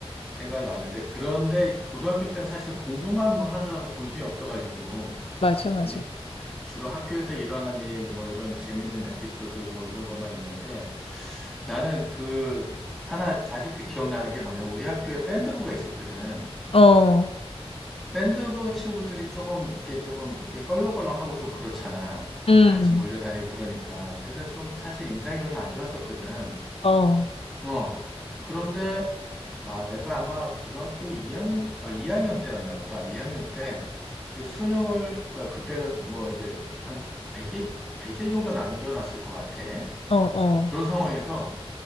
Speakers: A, in the centre; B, on the left.
A: 생각이 많은데. 그런데 고등학교 때는 사실 공부만 뭐 하느라고 정신이 없어가지고.
B: 맞아, 맞아.
A: 예, 주로 학교에서 일어난 일, 뭐 이런 재밌는 에피소드, 뭐 이런 것만 있는데 나는 그 하나 아직도 기억나는 게 뭐냐. 우리 학교에 밴드부가 있었거든.
B: 어,
A: 밴드부 친구들이 조금 이게 조금 이게 껄렁껄렁하고 좀 그렇잖아.
B: 음.
A: 이게 같이 몰려다니고 그러니까. 그래서 좀 사실 인상이 별로 안 좋았었거든.
B: 어,
A: 어. 그런데, 아, 내가 아마 고등학교 2학년, 아, 학년 때였나 보다. 2학년 때, 이제 수능을, 그러니까 그때는 뭐 이제 한 100일, 백일 정도 남겨놨을 것 같아.
B: 어, 어,
A: 그런 상황에서